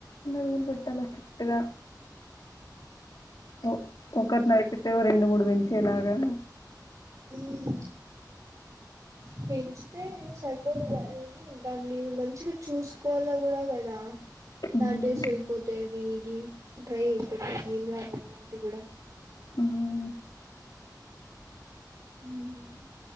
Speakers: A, on the left; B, on the right.
A: రూల్ పెట్టాలా స్టిక్ట్ గ ఒ ఒక్కటి నరకితే రెండు మూడు పెంచేలాగా
B: మ్ పెంచుతే సరిపోదు క ఏంటండీ మంచిగా చూసుకోవాల కూడా కదా
A: మ్మ్
B: నాటేసి ఎళ్ళిపోతే అది ఇది డ్రై అయిపోతది ఏం లాభం నాటి కూడ
A: మ్
B: మ్